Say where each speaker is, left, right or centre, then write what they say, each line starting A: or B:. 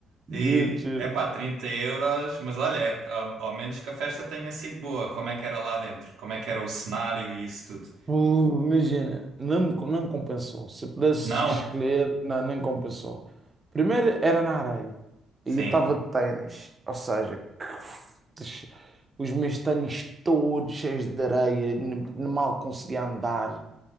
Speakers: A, on the right; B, on the right.
A: Giro,
B: E
A: giro.
B: é pá, 30 euros, mas olha, é- ao ao menos que a festa tenha sido boa. Como é que era lá dentro? Como é que era o cenário e isso tudo?
A: Uh, Imagina, não, me- não compensou. Se pudesse
B: Não?
A: escolher, não, nem compensou. Primeiro era na areia
B: Sim.
A: e eu estava de ténis, ou seja, que- os meus ténis todos cheios de areia, n- mal conseguia andar.